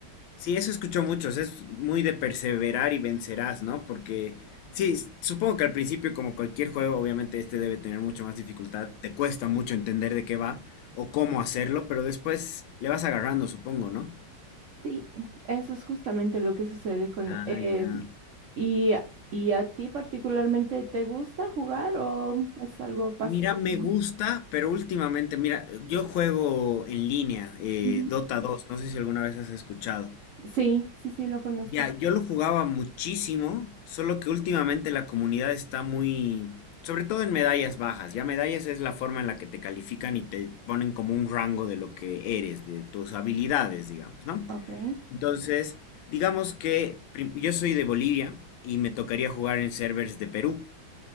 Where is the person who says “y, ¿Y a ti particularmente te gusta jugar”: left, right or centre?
Right